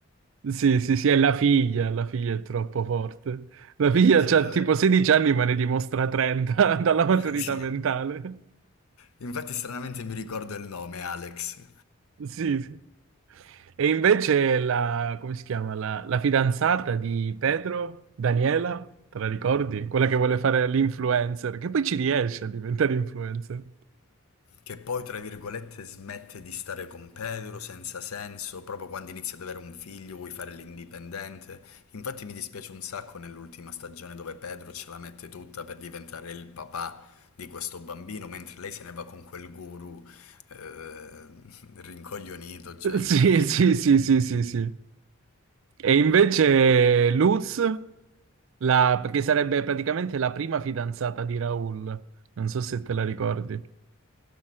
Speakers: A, on the right; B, on the left.
A: Sì, sì, sì, è la figlia, la figlia è troppo forte. La figlia
B: Sì,
A: ha
B: la-
A: tipo 16 anni ma ne dimostra 30 <laughs> dalla maturità
B: <laughs> sì.
A: mentale.
B: Infatti stranamente mi ricordo il nome, Alex.
A: Sì, sì. E invece la, come si chiama? La, la fidanzata di Pedro, Daniela, te la ricordi? Quella che vuole fare l'influencer, che poi ci riesce a diventare influencer.
B: Che poi, tra virgolette, smette di stare con Pedro senza senso, proprio quando inizia ad avere un figlio, vuoi fare l'indipendente. Infatti mi dispiace un sacco nell'ultima stagione dove Pedro ce la mette tutta per diventare il papà di questo bambino, mentre lei se ne va con quel guru eh, rincoglionito, cioè incredibile.
A: Sì, sì, sì, sì, sì, sì. E invece Luz, la- perché sarebbe praticamente la prima fidanzata di Raul, non so se te la ricordi,